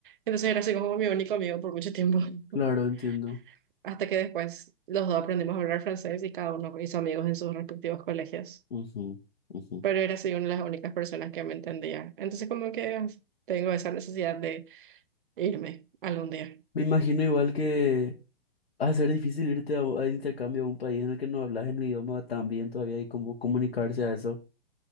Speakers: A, on the right; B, on the left.
A: Entonces era así como mi único amigo por mucho tiempo.
B: Claro,
A: <laughs>
B: entiendo.
A: Hasta que después los dos aprendimos a hablar francés y cada uno hizo amigos en sus respectivos colegios
B: Ujú, ujú.
A: pero era soy una de las únicas personas que me entendía. Entonces como que ah, tengo esa necesidad de irme algún día.
B: Me imagino igual que va a ser difícil irte a, u- intercambio a un país en el que no hablas el idioma tan bien todavía y cómo comunicarse a eso.